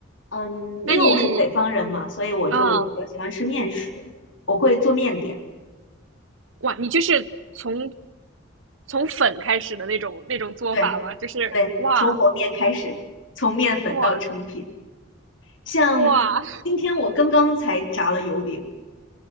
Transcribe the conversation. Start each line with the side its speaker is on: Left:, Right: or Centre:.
Left: 嗯，因为我是北方人嘛，
Right: 那你
Left: 所以我就比较喜欢吃面食，
Right: 啊，
Left: 我会做面点。
Right: 哇，你就是从从粉开始的那种那种做法吗？
Left: 对
Right: 就是哇
Left: 对，从和面开始，从面粉到成品。
Right: 哇
Left: 像今天我刚刚才炸了油饼。
Right: 哇